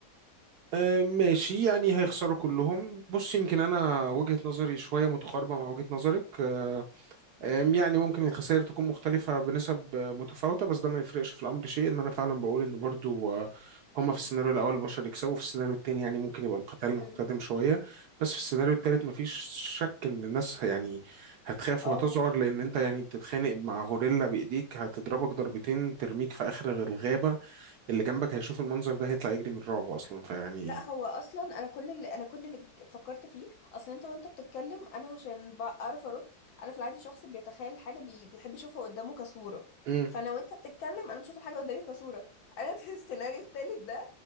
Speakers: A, on the right; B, on the left.
A: آه، ماشي يعني هيخسروا كلهم بص يمكن انا وجهة نظري شوية متقاربة مع وجهة نظرك آه أم، يعني ممكن الخسائر تكون مختلفة بنسب آه، متفاوتة بس ده ما يفرقش في الأمر شيء إن أنا فعلا بقول إن برضو آه، هما في السيناريو الأول البشر يكسبوا في السيناريو التاني يعني ممكن يبقى القتال محتدم
B: مم.
A: شوية بس في السيناريو التالت مفيش شك إن الناس يعني هتخاف
B: اه
A: وهتذعر لأن أنت يعني بتتخانق مع غوريلا بإيديك هتضربك ضربتين ترميك في آخر الغابة اللي جنبك هيشوف المنظر ده هيطلع يجري من الرعب أصلا فيعني
B: لا هو اصلا انا كل اللي انا كل اللي فكرت فيه اصلا انت وانت بتتكلم انا عشان بعرف ارد انا في العادي شخص بيتخيل حاجه بي... بيحب يشوفها قدامه كصوره
A: مم.
B: فانا وانت بتتكلم انا بشوف الحاجه قدامي كصوره انا <laughs> في السيناريو التالت ده